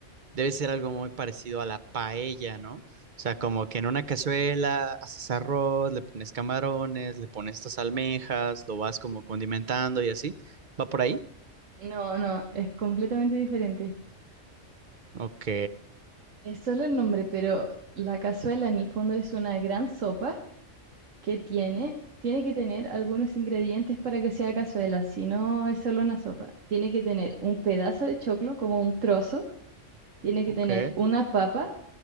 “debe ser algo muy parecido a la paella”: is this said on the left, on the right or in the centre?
Right